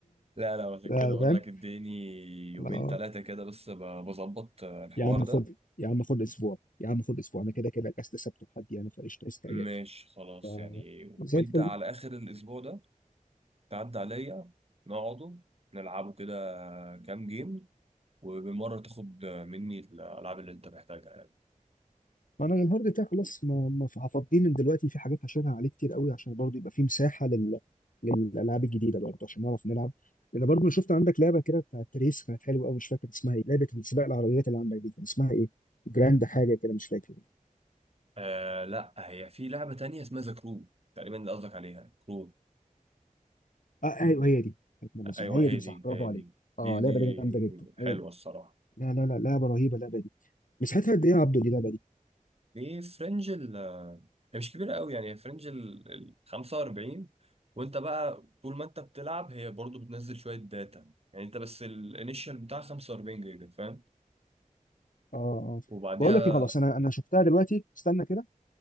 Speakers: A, on the right (about 45°); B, on the left (about 75°).
A: لا لا عشان
B: آه،
A: كده بقول
B: فاهم
A: لك اديني يومين
B: لا،
A: ثلاثه كده بس ب- بظبط آه، الحوار
B: يا عم
A: ده
B: خد يا عم خد اسبوع يا عم خد اسبوع انا كده كده الاجازه سبت وحد يعني فقشطه استعجلت
A: ماشي خلاص
B: ف
A: يعني
B: زي
A: وانت
B: الفل
A: على اخر الاسبوع ده تعدي عليا نقعده نلعبه كده كام جيم وبالمرة تاخد مني الألعاب اللي أنت محتاجها يعني
B: ما انا الهارد بتاعي خلاص ما ما هفضيه من دلوقتي في حاجات هشيلها عليه كتير قوي عشان برضه يبقى في مساحه لل... للالعاب الجديده برضه عشان نعرف نلعب لان برضه انا شفت عندك لعبه كده بتاعت ريس كانت حلوه قوي مش فاكر اسمها ايه لعبه سباق العربيات اللي عندك دي كان اسمها ايه جراند حاجه كده مش فاكر
A: آه لا هي في لعبة تانية اسمها ذا كرو تقريبا اللي قصدك عليها كرو
B: اه ايوه هي دي كانت من اللذينة.
A: أيوه
B: هي
A: هي
B: دي
A: دي
B: صح برافو
A: هي دي
B: عليك اه
A: دي دي
B: لعبه دي جامده جدا
A: حلوة
B: هي دي
A: الصراحة
B: لا لا لا لعبه رهيبه اللعبه دي مساحتها قد ايه يا عبدو دي اللعبه دي
A: دي فرنج ال هي مش كبيرة قوي يعني هي فرنج ال ال 45 وأنت بقى طول ما أنت بتلعب هي برضو بتنزل شوية داتا يعني أنت بس الانيشال بتاع 45 جيجا فاهم
B: اه اه
A: وبعدها
B: بقول لك ايه خلاص انا انا شفتها دلوقتي استنى كده